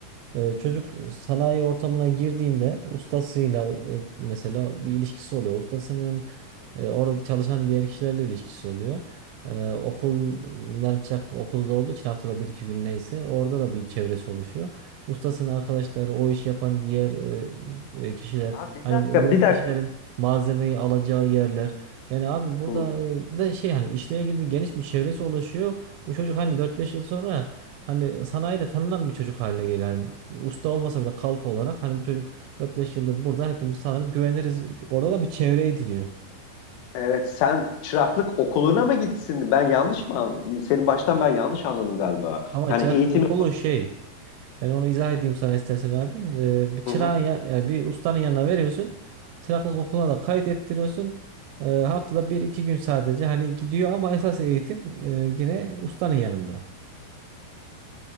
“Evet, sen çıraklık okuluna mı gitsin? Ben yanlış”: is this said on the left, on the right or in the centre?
Left